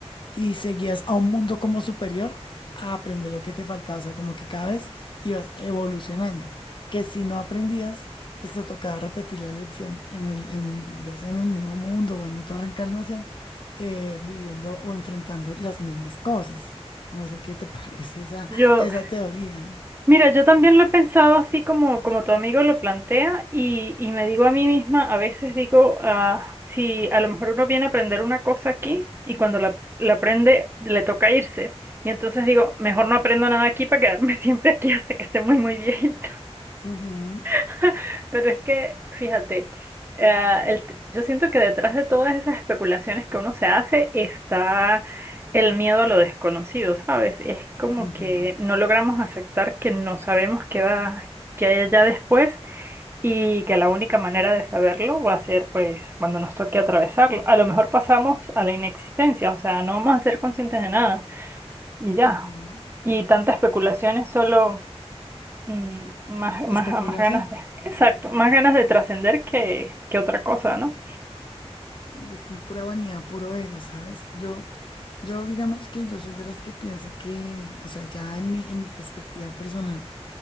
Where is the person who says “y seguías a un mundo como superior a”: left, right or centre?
Left